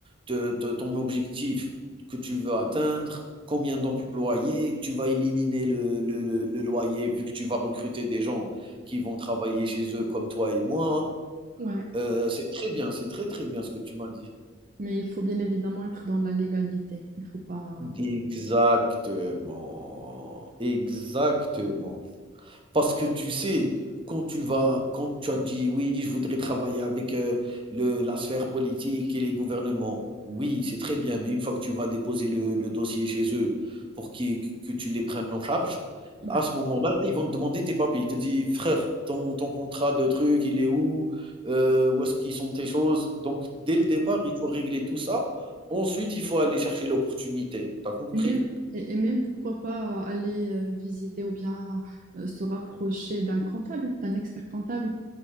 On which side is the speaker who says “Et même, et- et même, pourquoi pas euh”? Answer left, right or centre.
Right